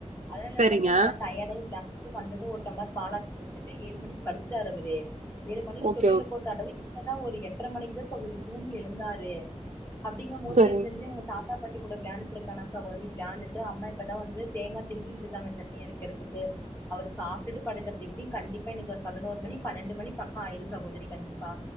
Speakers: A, on the left; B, on the right.
A: அதனால என்னபண்ட
B: சரிங்க
A: நல்ல கடை விளயாண்டு வந்தது ஒரு டம்ளர் பாலாத்தி குடுத்துட்டு ஏழு மணிக்கு படுத்துட்டாரு அவ்ரு ஏழு மணிக்கு
B: ஓகே
A: தொட்டில
B: ஓகே
A: போட்டாட்டவு இப்பதா ஒரு எட்டரை மணிக்குதா சகோதரி தூங்கி எழுந்தாரு அப்டிங்க போது
B: சரிங்க
A: எழுந்துளுந்து அவ்ங்க சாப் தாதா பாட்டி கூட வெளையாண்ட்டு இருக்கானா சகோதரி வெளயாண்டுட்டு அம்மா இப்பதா வந்து தேங்க திருவிட்டு இருக்காங்க சட்னி அரைக்க றேதுக்கு அவரு சாப்ட்டுட்டு படுக்கறது எப்டியு கண்டிப்பா இன்னைக்கு ஒரு பதினோரு மணி பன்னெண்டு மணி பக்கோ ஆயிரு சகோதரி கண்டிப்பா